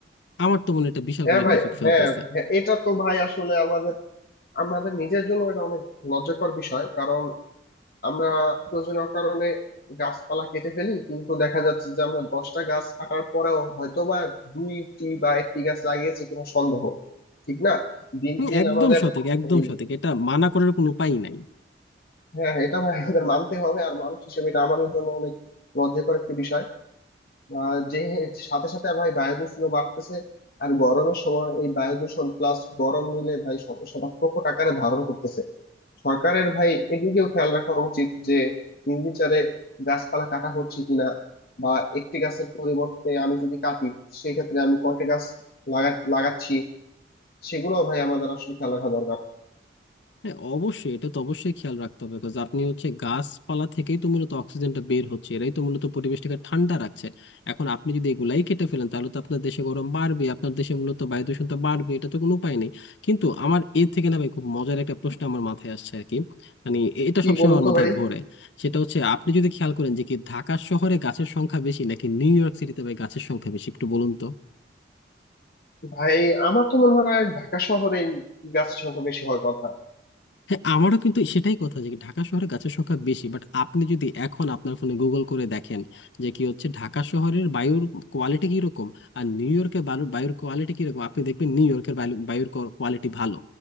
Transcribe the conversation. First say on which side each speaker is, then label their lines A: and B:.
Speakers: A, on the left; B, on the left.
A: আমার তো মনে হয় এটা বিশাল
B: হ্যাঁ
A: বড় একটা
B: ভাই
A: ইফেক্ট ফেলতেছে
B: হ্যাঁ হ্যাঁ এটা তো ভাই আসলে আমাদের আমাদের নিজের জন্য এটা অনেক লজ্জাকর বিষয় কারণ আমরা প্রয়োজনীয় কারণে গাছপালা কেটে ফেলি কিন্তু দেখা যাচ্ছে যে আমরা দশটা গাছ কাটার পরেও হয়তোবা দুইটি বা একটি গাছ লাগিয়েছি কিনা সন্দেহ ঠিক না দিন
A: হুম,
B: দিন
A: একদম
B: আমাদের
A: সঠিক একদম
B: এই
A: সঠিক এটা মানা করার কোনো উপায় নাই
B: হ্যাঁ এটা ভাই আমাদের মানতে হবে আর মানুষ হিসেবে এটা আমাদের জন্য অনেক লজ্জাকর একটা বিষয় আহ যে সাথে সাথে ভাই বায়ু দূষণ বাড়তেছে আর গরমের সময় এই বায়ু দূষণ প্লাস গরম মিলে ভাই সমস্যাটা প্রকট আকারে ধারণ করতেছে সরকারের ভাই এদিকেও খেয়াল রাখা উচিত যে নির্বিচারে গাছপালা কাটা হচ্ছে কিনা বা একটি গাছের পরিবর্তে আমি যদি কাটি সেক্ষেত্রে আমি কয়টা গাছ লাগা লাগাচ্ছি সেগুলো ভাই আমাদের আসলে খেয়াল রাখা দরকার
A: হ্যাঁ অবশ্যই এটা তো অবশ্যই খেয়াল রাখতে হবে বিকজ আপনি হচ্ছে গাছপালা থেকেই তো মূলত অক্সিজেনটা বের হচ্ছে এরাই তো মূলত পরিবেশটাকে ঠান্ডা রাখছে এখন আপনি যদি এগুলাই কেটে ফেলেন তাহলে তো আপনার দেশে গরম বাড়বে আপনার দেশে মূলত বায়ু দূষণ তো বাড়বে এটা তো কোনো উপায় নেই কিন্তু আমার এর থেকে না ভাই খুব মজার একটা প্রশ্ন আমার মাথায় আসছে আর কি মানে এটা
B: কি
A: সবসময়
B: বলুন
A: আমার
B: তো
A: মাথায়
B: ভাই
A: ঘোরে সেটা হচ্ছে আপনি যদি খেয়াল করেন যে কি ঢাকা শহরে গাছের সংখ্যা বেশি নাকি নিউ ইয়র্ক সিটিতে ভাই গাছের সংখ্যা বেশি একটু বলুন তো
B: ভাই আমার তো মনে হয় ঢাকা শহরে গাছ সংখ্যা বেশি হওয়ার কথা
A: হ্যাঁ আমারও কিন্তু সেটাই কথা যে ঢাকা শহরে গাছের সংখ্যা বেশি বাট আপনি যদি এখন আপনার ফোনে গুগল করে দেখেন যে কি হচ্ছে ঢাকা শহরের বায়ুর কোয়ালিটি কিরকম আর নিউ ইয়র্কের বালু- বায়ুর কোয়ালিটি কিরকম আপনি দেখবেন নিউ ইয়র্কের বালু- বায়ুর কোয়ালিটি ভালো